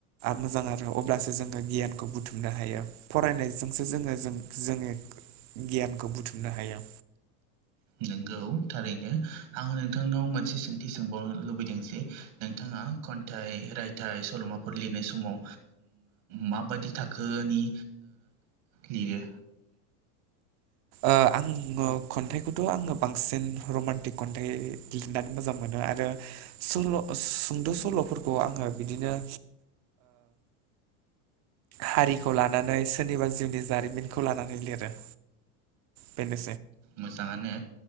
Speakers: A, on the right; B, on the right.
A: मोजां आरो अब्लासो जोङो गियानखौ बुथुमनो हायो फरायनायजोंसो जोङो जों जोङनि गियानखौ बुथुमनो हाया।
B: नोंगौ थारैनो आं नोंथांनाव मोनसे सोंथि सोंबावनो लुबैदों जे नोंथाङा खन्थाइ रायथाइ सल'माफोर लिरनाय समाव माबाददि थाख थाखोनि लिरो
A: आङो खन्थाइखौथ' आङो बांसिन रमान्टिक खन्थाइ लिरनानै मोजां मोनो आरो सल' सुंद' सल'फोरखौ आङो बिदिनो हारिखौ लानानै सोरनिबा जिउनि जारिमिनखौ लानानै लिरो बेनो
B: मोजाङानो